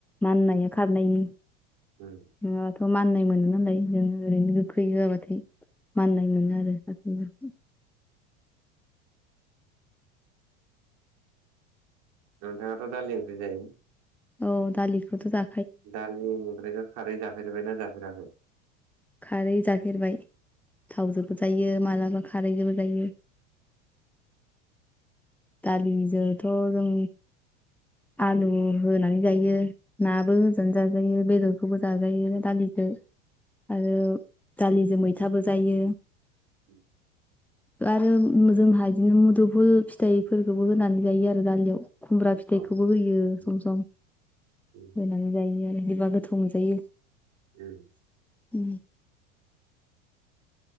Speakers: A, in the centre; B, on the right.
A: माननाया खारनायनि। नङाबाथ'
B: उम
A: माननाय मोनो नालाय जोङो ओरैनो गोखै होआबाथाय माननाय मोनो आरो। बिबदि
B: नोंथाङाथ' दालि ओंख्रि जायो?
A: औ दालिखौथ' जा
B: दालि ओंख्रैखो खारै जाफेरबायना जाफेराखै?
A: खारै जाफेरबाय, थावजोबो जायो मालाबा खारैजोबो जायो। दालिजोथ' जों आलुबो होनानै जायो, नाबो होजान जाजायो बेदरखौबो जाजायो दालि जो आरो दालिजो मैथाबो जायो।
B: औ
A: आरो जोंहा बिदिनो मुदुफुल फि थाइफोरखौबो होनानै जायो आरो दालियाव, खुमब्रा फिथाइखौबो
B: औ
A: होयो
B: उम,
A: सम सम
B: उम,
A: बायनानै जायो आरो बिदिबा गोथाव मोनजायो।
B: उम
A: उम।